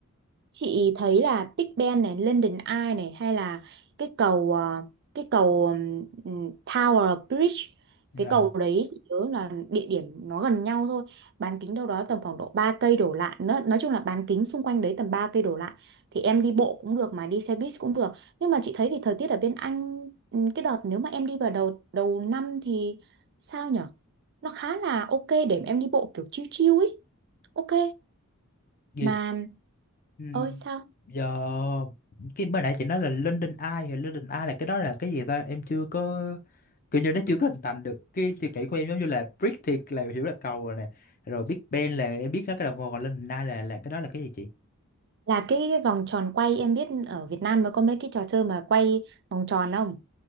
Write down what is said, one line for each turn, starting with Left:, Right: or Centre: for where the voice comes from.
Right: Chị thấy là Big Ben này, London Eye này hay là cái cầu ờ, cái cầu ừm, ừm, Tower Bridge
Left: dạ
Right: cái cầu đấy chị nhớ là địa điểm nó gần nhau thôi bán kính đâu đó tầm khoảng độ 3 cây đổ lại nó, nói chung là bán kính xung quanh đấy tầm 3 cây đổ lại thì em đi bộ cũng được mà đi xe buýt cũng được nhưng mà chị thấy thì thời tiết ở bên Anh ừm, cái đợt nếu mà em đi vào đầu đầu năm thì sao nhở nó khá là ok để em đi bộ kiểu chill chill ấy ok
Left: dạ
Right: mà
Left: Ừ.
Right: ơi sao
Left: Giờ cái mới nãy chị nói là London Eye thì London Eye là cái đó là cái gì ta em chưa có kiểu như nó chưa có hình thành được cái suy nghĩ của em giống như là Brick thì là hiểu là cầu rồi nè rồi Big Ben là em biết nó cái đồng hồ còn London Eye là là cái đó là cái gì chị
Right: Là cái, cái vòng tròn quay em biết ở Việt Nam nó có mấy cái trò chơi mà quay vòng tròn không?